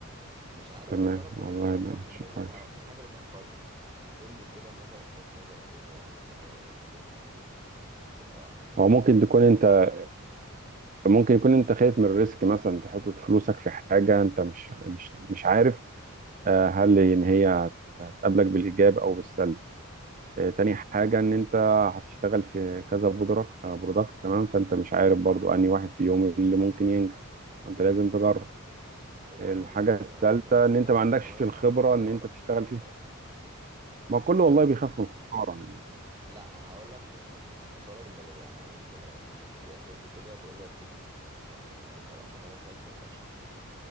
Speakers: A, on the right (about 20°); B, on the right (about 35°).
A: مش عارف
B: تمام
A: بس أنا كل
B: والله
A: ما بفكر
B: لا
A: في الموضوع
B: شيء كويس
A: مع- في حاجة بتأخرني فقول لي كده مثلا من وجهة نظرك إيه النقط اللي أنا اللي ممكن ت- تبقى
B: هو
A: تمثل
B: ممكن
A: خطورة
B: تكون أنت
A: في الموضوع
B: ممكن يكون أنت خايف من الريسك مثلا تحط فلوسك في حاجة أنت مش مش مش عارف آه، هل إن هي هت- هتقابلك بالإيجاب أو بالسلب آه، تاني حاجة إن أنت هتشتغل في كذا برودكت برودكت تمام فأنت مش عارف برضو أنهي واحد فيهم اللي ممكن ينجح وأنت لازم تجرب
A: والله
B: الحاجة
A: مش هكذب
B: التالتة
A: عليك انا
B: إن
A: غير
B: أنت ما
A: كده
B: عندكش
A: كمان انا
B: الخبرة
A: خايف في الخساره
B: إن أنت تشتغل فيها ما
A: <laughs>
B: كله
A: والله
B: والله
A: الفكره
B: بيخاف من الخسارة يعني
A: لا هقول لك مش الخسارة المالية أنا يمكن بشكل أساسي كده تقدر تقول يعني بصراحة إن أنا خايف من الفشل